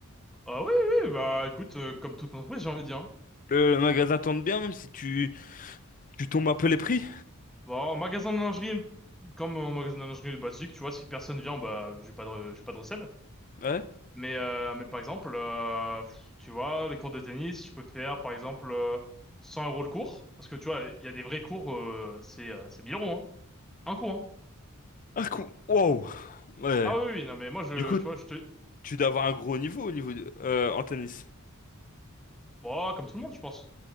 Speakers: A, in the centre; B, on the left (about 35°).
A: Ah oui, oui, oui, bah écoute, euh, comme toute entreprise, j'ai envie de dire. hein.
B: Le, magasin tourne bien, même si tu, tu tombes un peu les prix.
A: Bon, en magasin de lingerie, comme en magasin de lingerie basique, tu vois, si personne vient, bah j'ai pas de j'ai pas de recel.
B: Ouais.
A: Mais, euh, mais par exemple, euh, pff, tu vois, les cours de tennis, je peux faire par exemple euh, 100 euros le cours. Parce que tu vois, il y a des vrais cours, euh, c'est euh, c'est 1000 euros, hein. Un cours, hein.
B: Ah, cool. Wow. Ouais.
A: Ah oui, oui, non, mais moi, je,
B: Du coup,
A: tu vois, je te...
B: Tu dois avoir un gros niveau au niveau de- euh, en tennis.
A: Bon, comme tout le monde, je pense.